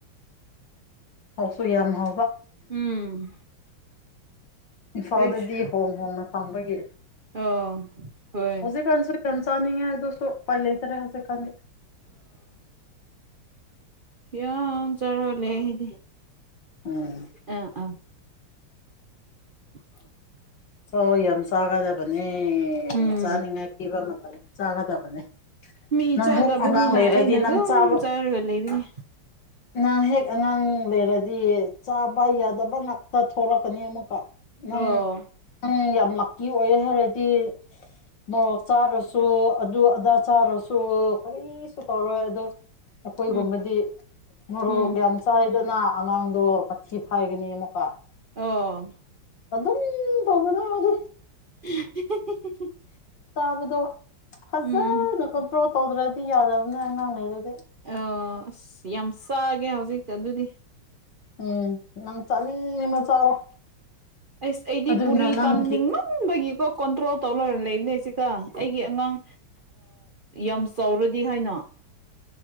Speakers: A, on the left; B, on the right.
A: ꯍꯥꯎꯁꯨ ꯌꯥꯝ ꯍꯥꯎꯕ
B: ꯎꯝ
A: ꯏꯝꯐꯥꯜꯗꯗꯤ
B: ꯑꯩꯁ
A: ꯍꯣꯡ ꯍꯣꯡꯅ ꯄꯥꯡꯕꯒꯤ
B: ꯑꯣ ꯍꯣꯏ
A: ꯍꯧꯖꯤꯛꯀꯥꯟꯁꯨ ꯌꯥꯝ ꯆꯥꯅꯤꯡꯉꯦ ꯑꯗꯨ ꯑꯗꯨꯁꯨ ꯎꯄꯥꯏ ꯂꯩꯇꯔꯦ ꯍꯧꯖꯤꯛꯀꯥꯟꯗꯤ
B: ꯍ ꯆꯔ ꯂꯩꯗꯤ
A: ꯎꯝ
B: ꯑ ꯑ <unintelligible>
A: ꯁꯧ ꯌꯥꯝ ꯆꯥꯒꯗꯕꯅꯦ
B: ꯎꯝ
A: ꯆꯥꯅꯤꯡꯉꯥꯏ ꯄꯤꯕ ꯃꯇꯝ ꯌꯥꯝ ꯆꯥꯒꯗꯕꯅꯦ
B: ꯃꯤ
A: ꯉꯪꯍꯥꯛ
B: ꯆꯥꯗꯕꯅꯤꯅ
A: ꯑꯉꯥꯡ ꯂꯩꯔꯗꯤ
B: ꯑꯩꯅ
A: ꯅꯪ
B: ꯑꯗꯨꯝ
A: ꯆꯥꯕ
B: ꯆꯥꯔꯒ ꯂꯩꯕꯅꯤ
A: ꯅꯍꯍꯦꯛ ꯑꯉꯥꯡ ꯂꯩꯔꯗꯤ ꯆꯥꯕ ꯌꯥꯗꯕ ꯉꯥꯛꯇ ꯊꯂꯛꯀꯅꯤ ꯑꯃꯨꯛꯀ ꯅꯪ
B: ꯑꯣ
A: ꯅꯪ ꯌꯥꯝ ꯂꯛꯀꯤ ꯑꯣꯏ ꯍꯥꯏꯔꯗꯤ ꯃꯣꯔꯣꯛ ꯆꯥꯔꯁꯨ ꯑꯗꯨ ꯑꯗꯥ ꯆꯥꯔꯁꯨ ꯀꯔꯤꯁꯨ ꯇꯧꯔꯣꯏ ꯑꯗꯣ ꯑꯩꯈꯣꯏꯒꯨꯝꯕꯗꯤ
B: ꯎꯝ
A: ꯃꯣꯔꯣꯛ
B: ꯎꯝ
A: ꯌꯥꯝ ꯆꯥꯏꯗꯅ ꯑꯉꯥꯡꯗꯣ ꯃꯊꯤ ꯍꯥꯏꯒꯅꯤ ꯑꯃꯨꯛꯀ
B: ꯑꯣ
A: ꯑꯗꯨ ꯑꯗꯨꯝ ꯇꯒꯅꯗꯤꯦ
B: <unintelligible>
A: ꯇꯥꯕꯗꯣ ꯐꯖꯅ
B: ꯎꯝ
A: ꯀꯟꯇ꯭ꯔꯣꯜ ꯇꯧꯗ꯭ꯔꯗꯤ ꯌꯥꯗꯕꯅꯦ ꯑꯉꯥꯡ ꯂꯩꯩꯔꯩ
B: ꯑ ꯑꯁ ꯌꯥꯝ ꯆꯥꯒꯦ ꯍꯧꯖꯤꯛꯇ ꯑꯗꯨꯗꯤ
A: ꯎꯝ ꯅꯪ ꯆꯠꯅꯤꯡꯃ ꯆꯥꯔꯣ
B: ꯑꯁ ꯑꯩꯗꯤ
A: ꯑꯗꯨꯅ
B: ꯄꯨꯔꯤ
A: ꯅꯪꯒꯤ
B: ꯆꯥꯅꯤꯡꯃꯟꯕꯒꯤꯀꯣ ꯀꯣꯟꯗ꯭ꯔꯣ ꯇꯧ ꯂꯣꯏꯔ ꯂꯩꯕꯅꯦ ꯁꯤꯒ ꯑꯩꯒꯤ ꯑꯉꯥꯡ ꯌꯥꯝ ꯆꯥꯎꯔꯗꯤ ꯍꯥꯏꯅꯣ